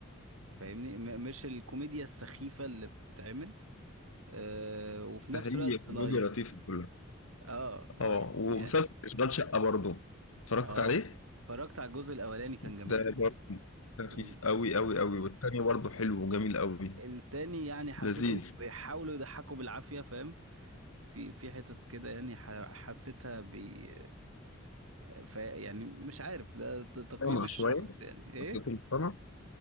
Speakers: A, on the right; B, on the left.
A: فاهمني م مش الكوميديا السخيفة اللي بتتعمل آه وفي نفس
B: هي
A: الوقت
B: كوميديا
A: لايت
B: لطيفة كلها
A: اه اه
B: اه ومسلسل
A: يعني يعني-
B: اشغال شقة برضو اتفرجت
A: اه
B: عليه
A: اتفرجت على الجزء الاولاني كان
B: ده
A: جميل
B: برضو خفيف
A: ال-
B: قوي قوي قوي والتاني برضو حلو وجميل قوي
A: التاني يعني حسيته
B: لذيذ
A: بيحاولوا يضحكوا بالعافية فاهم في في حتت كده يعني ح- حسيتها بي ف يعني مش عارف ده ت- تقييم
B: مصطنع
A: الشخص
B: شوية
A: يعني ايه
B: حسيته مصطنع